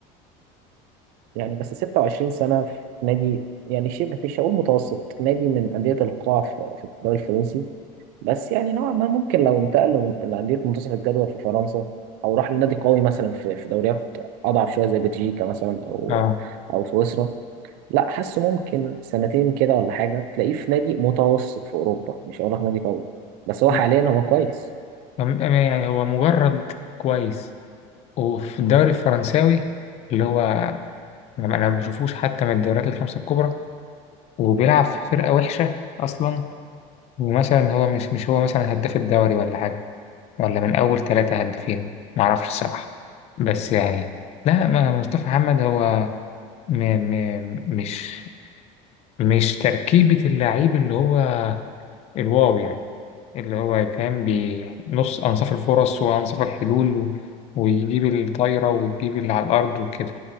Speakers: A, on the right; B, on the left.
A: يعني بس 26 سنه في نادي يعني شبه مش هقول متوسط نادي من انديه القاع في في الدوري الفرنسي بس يعني نوعا ما ممكن لو انتقل لو- لأندية منتصف الجدول في فرنسا أو راح لنادي قوي مثلا في في دوريات أضعف شوية زي بلجيكا مثلا أو
B: اه
A: أو سويسرا لا حاسه ممكن سنتين كده ولا حاجة تلاقيه في نادي متوسط في أوروبا مش هقول لك نادي قوي بس هو
B: م-
A: حاليا هو كويس
B: م- يعني هو مجرد كويس وفي الدوري الفرنساوي اللي هو أنا أنا ما بشوفوش حتى من الدوريات الخمسة الكبرى وبيلعب في فرقة وحشة أصلا ومثلا هو مش مش هو مثلا هداف الدوري ولا حاجة ولا من أول ثلاثة هدافين معرفش الصراحة بس يعني لا ما مصطفى محمد هو م م مش مش تركيبة اللعيب اللي هو الواو يعني اللي هو يفهم بنص أنصاف الفرص وأنصاف الحلول و... ويجيب الطايرة ويجيب اللي على الأرض وكده